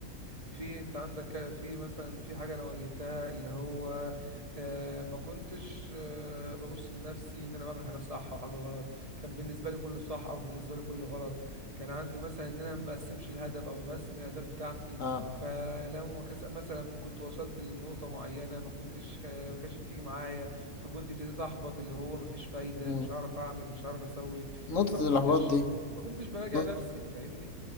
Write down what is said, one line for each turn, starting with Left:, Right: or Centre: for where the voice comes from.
Right: في انت عندك ك- في مثلا في حاجة انا واجهتها اللي هو آه ما كنتش آه ببص لنفسي ان انا بعمل حاجة صح او حاجة غلط كان بالنسبة لي كله صح او بالنسبة لي كله غلط كان عندي مثلا ان انا ما بقسمش الهدف او بقسم الاهداف بتاعتي
Left: اه
Right: فلما كس- مثلا كنت وصلت لنقطة معينة ما كنتش كا- ما كانتش بتيجي معايا فكنت ابتديت احبط اللي هو ما فيش فايدة
Left: مم.
Right: مش هعرف اعمل مش هعرف اسوي
Left: نقطة
Right: ما كنتش
Left: الإحباط دي
Right: ما كنتش براجع
Left: نق-
Right: نفسي فاهمني